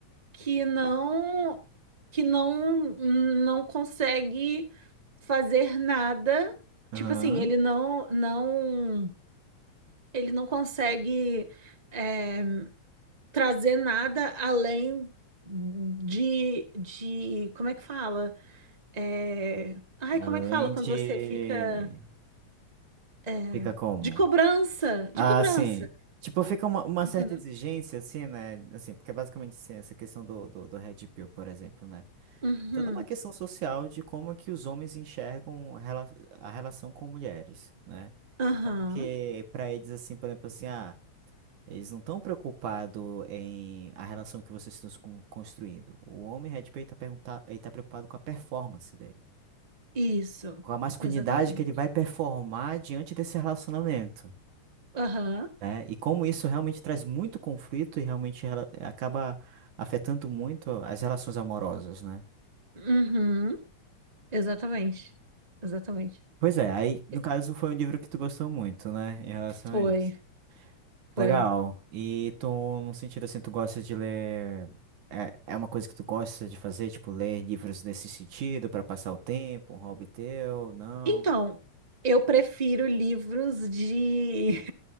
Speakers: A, on the right; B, on the right.
A: que não que não não consegue fazer nada,
B: Aham.
A: tipo assim, ele não não ele não consegue é, trazer nada além de, de. Como é que fala? É, ai,
B: Além
A: como é que fala quando
B: de.
A: você fica. eh,
B: Fica como?
A: De cobrança, de
B: Ah,
A: cobrança,
B: sim. Tipo, fica uma, uma
A: entendeu?
B: certa exigência, assim, né? Assim, porque basicamente, assim, essa questão do, do, do Red Pill, por exemplo, né?
A: Uhum,
B: toda uma questão social de como é que os homens enxergam a rela- a relação com mulheres, né?
A: aham,
B: E como que para eles assim, por exemplo, assim, ah, eles não estão preocupados em a relação que vocês estão con- construindo. O homem Red Pill está perguntar, ele tá preocupado com a performance dele,
A: isso,
B: com a masculinidade
A: exatamente.
B: que ele vai performar diante desse relacionamento.
A: Aham,
B: Né? E como isso realmente traz muito conflito e realmente rela- acaba afetando muito as relações amorosas, né?
A: uhum, exatamente, exatamente.
B: Pois é, aí no
A: E-
B: caso foi um livro que tu gostou muito, né, em relação
A: Foi,
B: a isso.
A: foi.
B: Legal. E tu, num sentido assim, tu gosta de ler. É, é uma coisa que tu gosta de fazer, tipo, ler livros nesse sentido, pra passar o tempo, um hobby teu? Não.
A: Então, eu prefiro livros de <laughs>